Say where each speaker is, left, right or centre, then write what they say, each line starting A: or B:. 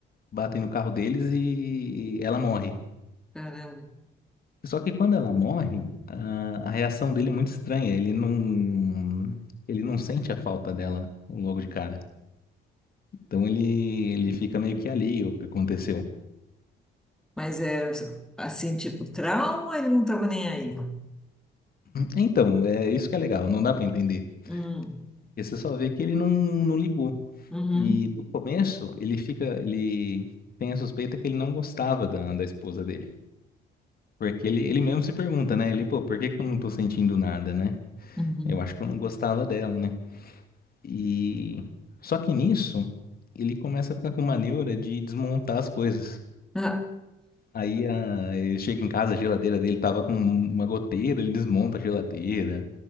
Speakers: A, on the left (about 50°); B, in the centre.
A: batem no carro deles e ela morre.
B: caramba.
A: Só que quando ela morre, a, a reação dele é muito estranha. Ele não, ele não sente a falta dela logo de cara. Então ele, ele fica meio que alheio ao que aconteceu.
B: Mas é assim, tipo, trauma, ele não tava nem aí.
A: Então, é isso que é legal, não dá pra entender.
B: Hum,
A: Porque você só vê que ele não, não ligou.
B: uhum.
A: E do começo, ele fica, ele tem a suspeita que ele não gostava da, da esposa dele. Porque ele, ele mesmo se pergunta, né? Ele, pô, por que que eu não tô sentindo nada, né?
B: Uhum.
A: Eu acho que eu não gostava dela, né? E só que nisso, ele começa a ficar com uma neura de desmontar as coisas.
B: Ah,
A: Aí a- ele chega em casa, a geladeira dele tava com uma goteira, ele desmonta a geladeira,